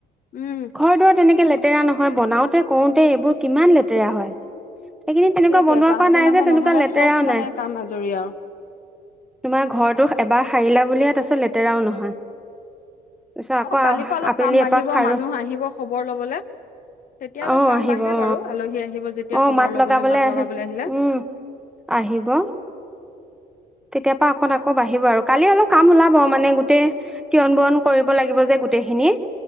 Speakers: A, on the left; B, in the centre.
A: উম
B: ঘৰ দুৱাৰ তেনেকে লে লেতেৰা নহয় বনাওতে কৰোতে এইবোৰ কিমান লেতেৰা হয় সেইখিনি তেনেকুৱা
A: সেইটোৱে
B: বনোৱা
A: ভাত
B: কোৱা
A: বনাব
B: নাই যে তেনেকুৱা
A: নহ'লে
B: লেতেৰাও
A: চব মানে
B: নাই
A: কাম আজৰি আৰু
B: তোমাৰ ঘৰটোো এবাৰ সাৰিলা বুলি ইয়াত আছে লেতেৰাও নহয় তাৰপিছত আকৌ
A: অ কালিৰ পৰা অলপ
B: আবেলি
A: কাম বাঢ়িব
B: এপাক খাৰো
A: মানুহ আহিব খবৰ লবলৈ তেতিয়া অলপ
B: অ
A: কাম
B: আহিব
A: বাঢ়ে
B: অ
A: বাৰু আলহী আহিব যেতিয়া
B: অ
A: খবৰ
B: মাত
A: ল'বলৈ
B: লগাবলে
A: মাত
B: আহি
A: লগাবলৈ আহিলে
B: উম আহিব তেতিয়াৰ পৰা অকণ আকৌ বাঢ়িব আৰু কালি অলপ কাম ওলাব মানে গোটেই তিয়ন বোৰন কৰিব লাগিব যে গোটেইখিনি